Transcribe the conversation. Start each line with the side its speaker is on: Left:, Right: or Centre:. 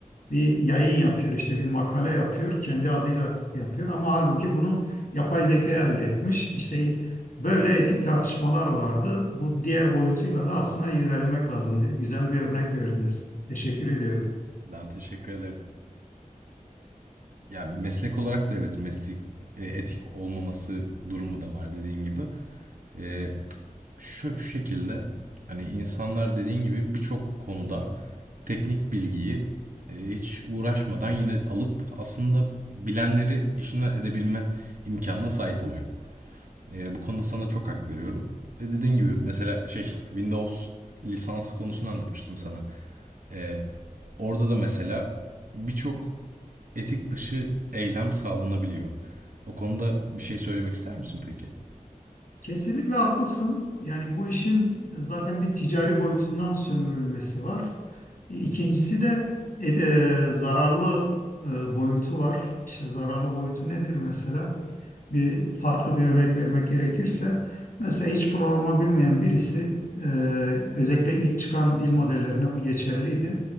Left: bir yayın yapıyor işte bir makale yapıyor kendi adıyla yapıyor ama halbuki bunu yapay zekaya üretmiş işte böyle etik tartışmalar vardı bu diğer boyutuyla da aslında irdelemek lazım güzel bir örnek verdiniz teşekkür ediyorum.
Right: ben teşekkür ederim. Ya meslek olarak da evet meslek e, etik olmaması durumu da var dediğin gibi. E, şu, şu şekilde hani insanlar dediğin gibi birçok konuda teknik bilgiyi e, hiç uğraşmadan yine alıp aslında bilenleri işinden edebilme imkanına sahip oluyor. E, bu konuda sana çok hak veriyorum. Ve dediğin gibi mesela şey Windows lisans konusunu anlatmıştım sana. E, orada da mesela birçok etik dışı eylem sağlanabiliyor. O konuda bir şey söylemek ister misin peki?
Left: Kesinlikle haklısın yani bu işin e, zaten bir ticari boyutundan sömürülmesi var. E, İkincisi de e, e, zararlı e, boyutu var. İşte zararlı boyutu nedir mesela? bir farklı bir örnek vermek gerekirse mesela hiç programı bilmeyen birisi e, özellikle ilk çıkan dil modellerine bu geçerliydi.